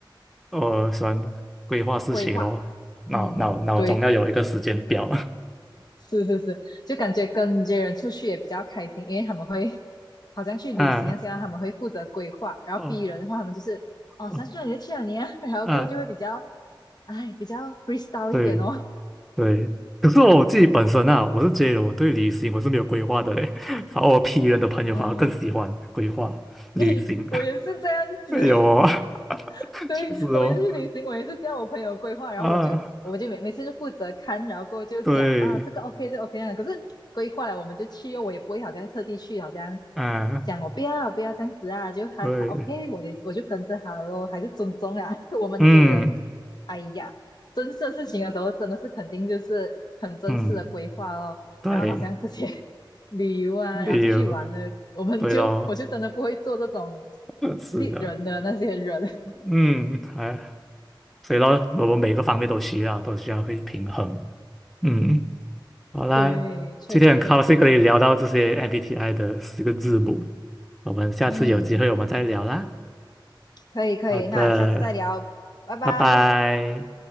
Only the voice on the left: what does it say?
规划，
嗯，对。是是是，就感觉跟这些人出去也比较开心，因为他们会好像去旅行啊，
现在他们会负责规划，然后
B 人的话，他们就是哦想去哪里就去哪里啊，
<laughs> 然后过后就会比较
哎比较 freestyle
一点哦。
哦，诶，我也是这样子，
<laughs> 对，
我每次去旅行，我也是叫我朋友规划，
然后我就我就每每次就负责看，然后过后就讲啊这个
OK 这个 OK 那样的可是规划了我们就去哦，我也不会好像特地去，好像
讲我不要不要这样子啊，就他他
OK，我也我就跟着他咯，还是尊重啊。<laughs> 我们这个，
哎呀，真式的事情的时候真的是肯定就是很真实的规划哦，
然后好像这些 <laughs> 旅游啊，
然后出去玩呢，我们就我就真的不会做这种。
利人的那些人，
对，确实确实，
嗯，可以可以，
那下次再聊，拜拜。